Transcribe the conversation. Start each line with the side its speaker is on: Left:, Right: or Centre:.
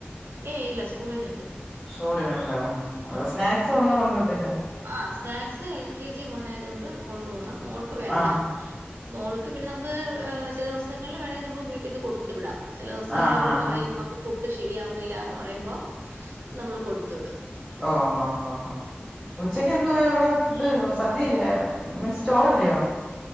Right: ഏയ് ഇല്ല സ്കൂളിന്നുണ്ട്
Centre: സ്കൂളിലുണ്ടോ സ്നാക്സ് ഒന്നും കൊണ്ടവത്തി
Right: ആഹ് സ്നാക്സ് എൽ കെ ജി മോനായതോണ്ട് കൊണ്ട് പോണം മോൾക്ക് വേണ്ട
Centre: ആഹ്
Right: മോൾക്ക് പിന്നെ നമുക്ക് ചില ദിവസെങ്ങളിൽ വേണേ നമ്മൾ വീട്ടിൽന്ന് കൊടുത്ത് വിടാം ചെല ദിവസങ്ങളിലവള്
Centre: ആഹ്
Right: പറയും
Centre: ആഹ് ആഹ് ആഹ്
Right: അവക്ക് ഫുഡ് ശെരിയാവുന്നില്ലാന്ന് പറയുമ്പോ നമ്മള് കൊടുത്തു വിടും.
Centre: ഓ ഹോ ഹോ ഹോ ഉച്ചയ്ക്ക് എന്ത് പോ അവിടെ ഫുഡ് സദ്യയില്യായോ മീൻസ് ചോറില്ലയോ?